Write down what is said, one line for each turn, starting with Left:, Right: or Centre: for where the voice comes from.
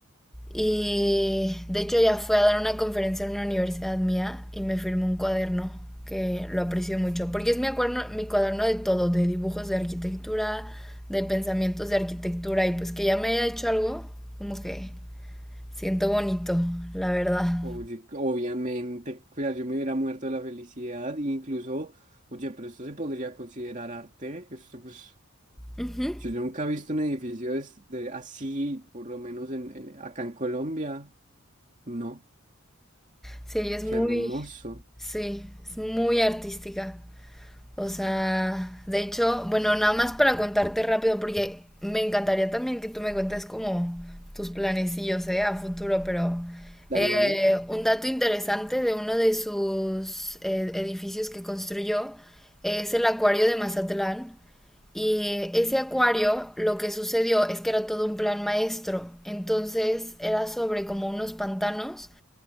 Centre: Y de hecho ya fue a dar una conferencia en una universidad mía y me firmó un cuaderno que lo aprecio mucho, porque es mi cuaderno, mi cuaderno de todo, de dibujos de arquitectura, de pensamientos de arquitectura y pues que ya me haya hecho algo, como que siento bonito, la verdad.
Right: Oye, obviamente, o sea, yo me hubiera muerto de la felicidad, e incluso, oye, pero esto se podría considerar arte, esto pues,
Centre: Ujú.
Right: yo nunca he visto un edificio des- de, así, por lo menos en, eh, acá en Colombia, no,
Centre: Sí, ella es
Right: qué
Centre: muy,
Right: hermoso.
Centre: sí, es muy artística. O sea, de hecho, bueno, nada más para contarte rápido, porque me encantaría también que tú me cuentes como tus planecillos, ¿eh? A futuro, pero
Right: Dale,
Centre: eh,
Right: dale.
Centre: un dato interesante de uno de sus eh, edificios que construyó es el acuario de Mazatlán. Y ese acuario, lo que sucedió es que era todo un plan maestro. Entonces era sobre como unos pantanos